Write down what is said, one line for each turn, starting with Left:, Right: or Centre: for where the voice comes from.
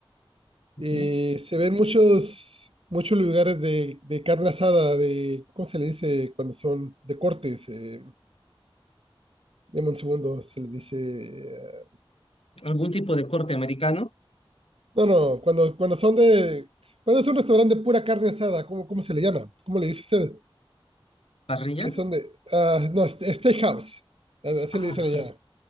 Right: Eh,
Left: ¿Mm?
Right: se ven muchos, muchos lugares de, de carne asada, de, ¿cómo se le dice cuando son de cortes? Eh, deme un segundo, se les dice... eh,
Left: ¿Algún tipo de corte americano?
Right: no, no, cuando, cuando son de... Cuando es un restaurante de pura carne asada, ¿cómo, cómo se le llama? ¿Cómo le dice usted?
Left: ¿Parrilla?
Right: Que son de... ah, no, este- steakhouse, a- así
Left: Ah,
Right: le dicen allá.